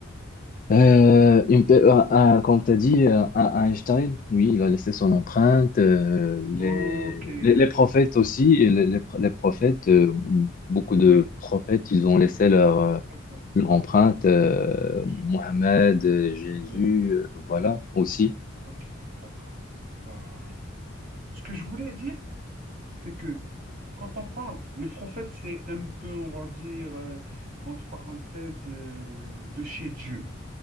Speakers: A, on the left (about 40°); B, on the right (about 45°).
A: Euh, une pe- euh, euh, comme tu as dit, euh, à- Einstein, oui, il a laissé son empreinte. euh, les,
B: Ok, oui,
A: les, les prophètes aussi, et les, les, les prophètes, euh, beaucoup de
B: oui.
A: prophètes, ils ont laissé leur, euh,
B: D'accord.
A: leur empreinte. euh,
B: Je suis
A: Mohamed,
B: d'accord.
A: euh, Jésus,
B: Oui,
A: euh, voilà, aussi.
B: ok, d'accord. Voilà. Ce que je voulais dire, c'est que quand on parle, les prophètes, c'est un peu, on va dire, euh, entre parenthèses, euh, de chez Dieu,